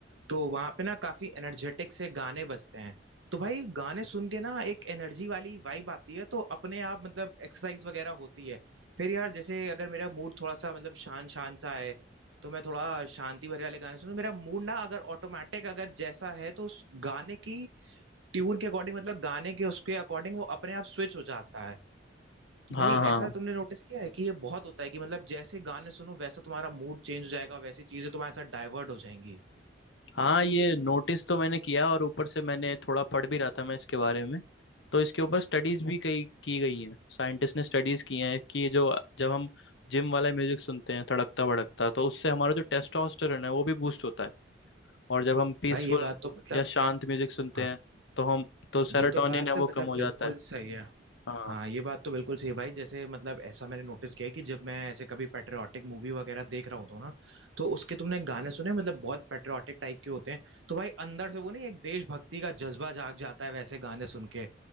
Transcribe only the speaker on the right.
तो वहाँ पे ना काफ़ी एनर्जेटिक से गाने बजते हैं। तो भाई गाने सुन के ना एक एनर्जी वाली वाइब आती है तो अपने आप मतलब एक्सरसाइज़ वग़ैरह होती है। फिर यार जैसे अगर मेरा मूड थोड़ा-सा मतलब शान-शान सा है, तो मैं थोड़ा शांति भरे वाले गाने सुनूँ। मेरा मूड ना अगर ऑटोमैटिक अगर जैसा है तो उस गाने की ट्यून के अकॉर्डिंग मतलब गाने के उसके अकॉर्डिंग वो अपने आप स्विच हो जाता है। तो
भाई
ऐसा तुमने नोटिस किया है कि ये बहुत होता है कि मतलब जैसे गाने सुनो वैसा तुम्हारा मूड चेंज हो जाएगा, वैसी चीज़ें तुम्हारे साथ डाइवर्ट हो जाएँगी।
भाई ये बात तो मतलब
हाँ।
ये तो बात
मतलब
बिल्कुल
सही है
हाँ ये बात तो बिल्कुल सही है भाई जैसे मतलब ऐसा मैंने नोटिस किया है कि जब मैं ऐसे कभी पेट्रियाटिक मूवी वगैरह देख रहा होता हूँ ना तो उसके तुमने गाने सुने मतलब बहुत पेट्रियाटिक टाइप के होते हैं तो भाई अंदर से वो नहीं एक देशभक्ति का जज्बा जाग जाता है वैसे गाने सुन के